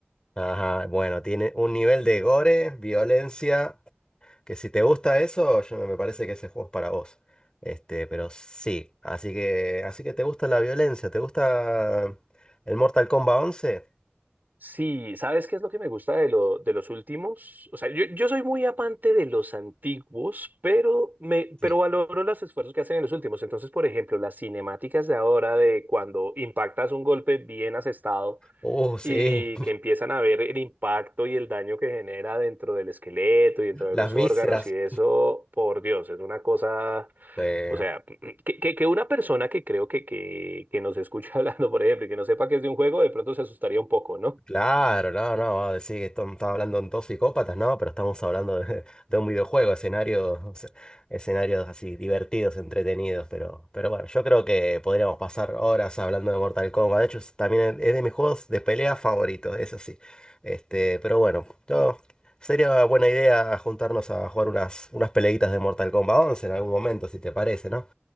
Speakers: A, on the left; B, on the right.
A: Ajá, bueno, tiene un nivel de gore, violencia, que si te gusta eso, yo me parece que ese juego es para vos. Este, pero sí, así que, así que te gusta la violencia, ¿te gusta el Mortal Kombat once.
B: Sí, ¿sabes qué es lo que me gusta de, lo, de los últimos? O sea, yo, yo soy muy amante de los antiguos, pero, me,
A: Sí.
B: pero valoro los esfuerzos que hacen en los últimos. Entonces, por ejemplo, las cinemáticas de ahora de cuando impactas un golpe bien asestado
A: Oh sí,
B: y que empiezan a ver el impacto y el daño que genera dentro del esqueleto y dentro de
A: las
B: los
A: vísceras.
B: órganos y eso, por Dios, es una cosa,
A: Eh,
B: o sea, <clears throat> que, que, que una persona que creo que, que, que nos escucha <laughs> hablando, por ejemplo, y que no sepa que es de un juego, de pronto se asustaría un poco, ¿no?
A: claro, no, no, va a decir que esto- estamos hablando de dos psicópatas, no, pero estamos hablando de, <laughs> de un videojuego, escenarios, o sea, escenarios así divertidos, entretenidos, pero, pero bueno, yo creo que podríamos pasar horas hablando de Mortal Kombat. De hecho, es- también es de mis juegos de pelea favoritos, eso sí. Este, pero bueno, yo- sería buena idea juntarnos a jugar unas, unas peleitas de Mortal Kombat once en algún momento, si te parece, ¿no?